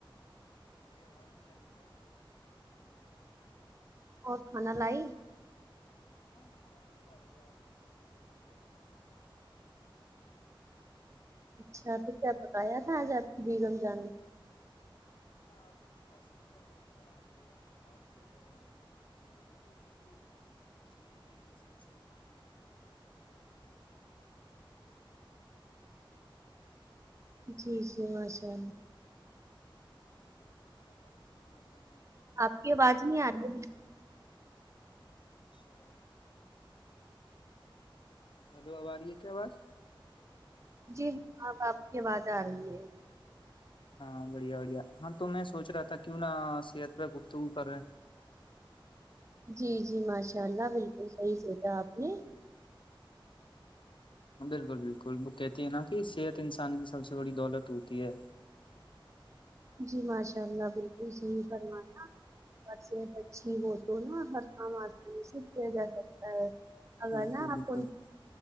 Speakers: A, on the left; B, on the right.
A: ای آواز نہیں آاری کیای
B: اور کھانا لائی
A: ہاں کھانا وغیرہ ہو گیا ماشاء اللہ بہت بڑھیا کھانا تھا آپ سے
B: اچھا تو کیا پکایا تھا آج آپ کی بیگم جانے
A: ہاں آج کچھ خاسم تھا بس آج اوڑد دال تھی اور تھوڑی روٹی تھی جو چنے کی بی سب سے ملا کے بنائی تھی تو ماشاء اللہ بہت بڑھیا کھانا تھا
B: جی جی ماشاءاللہ
A: ہاں میں سوچ رہا تھا کہ میں آ جاؤ
B: آپ کی آواز نہیں آ رہی ہے
A: اچھا ہیلو اب آرہی ہے کیا آواز
B: جی اب آپ کی آواز آ رہی ہے
A: ہاں بڑھیا بڑھیا ہاں تو میں سوچ رہا تھا کیوں نہ صحت پہ گفتگو کرے
B: جی جی ماشاء اللہ بلکل صحیح سوچا آپ نے
A: بلکل بلکل وہ کہتے ہے نا کہ صحت انسان کی سب سے بڑی دولت ہوتی ہے
B: جی ماشاء اللہ بلکل صحیح فرمایا صحت اچھی ہو تو نا ہر کام آسانی سے کیا جا سکتا ہے اگر
A: بالکل
B: نا آپ
A: بالکل
B: کو